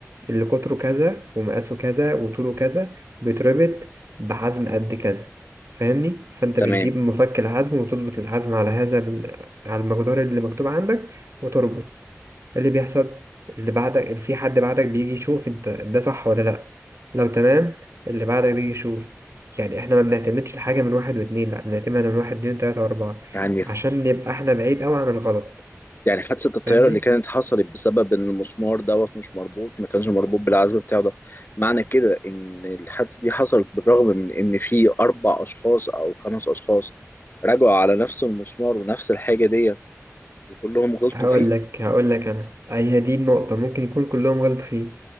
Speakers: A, on the right (about 60°); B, on the left (about 40°).
A: اللي قطره كذا ومقاسه كذا وطوله كذا بيتربط بحزم قد كذا فاهمني فانت
B: تمام
A: بتجيب مفك الحزم وتظبط الحزم على هذا ال... على المقدار اللي مكتوب عندك وتربط اللي بيحصل اللي بعدك اللي في حد بعدك بيجي يشوف انت ده صح ولا لا لو تمام اللي بعدك بيجي يشوف يعني احنا ما بنعتمدش الحاجة من واحد واتنين لا بنعتمد من واحد اتنين تلاتة واربعة
B: يعني
A: عشان نبقى احنا بعيد اوي عن الغلط
B: يعني حادثة الطيارة
A: فاهمني
B: اللي كانت حصلت بسبب إن المسمار دوت مش مربوط ما كانش مربوط بالعزم بتاعه ده معنى كده إن الحادثة دي حصلت بالرغم من إن في أربع أشخاص أو خمس أشخاص راجعوا على نفس المسمار ونفس الحاجة ديت وكلهم غلطوا
A: هقول
B: فيه
A: لك هقول لك انا أي هي دي النقطة ممكن يكون كلهم غلط فيه